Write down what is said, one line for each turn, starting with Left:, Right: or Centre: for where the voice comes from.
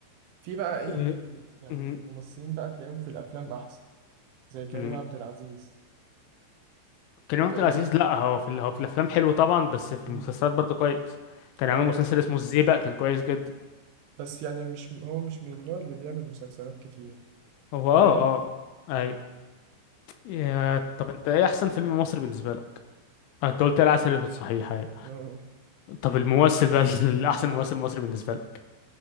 Right: في بقى ايه
Left: آه،
Right: مم، يعني
Left: مم،
Right: ممثلين بقى تلاقيهم في الافلام احسن زي كريم
Left: مم.
Right: عبد العزيز
Left: كريم
Right: انت
Left: عبد العزيز
Right: ايه رأ-
Left: لا هو في ال- هو في الأفلام حلو طبعا بس في
Right: مم.
Left: المسلسلات برضه كويس كان عامل
Right: اه
Left: مسلسل اسمه الزيبق كان كويس جدا
Right: بس يعني مش هو مش من النوع اللي بيعمل مسلسلات كتير
Left: هو اه
Right: فاهم
Left: اه اي يا طب انت ايه احسن فيلم مصري بالنسبه لك آه، انت قلت العسل الاسود صحيح أيوة.
Right: آه،
Left: طب الممثل بقى <laughs> الاحسن ممثل مصري بالنسبه لك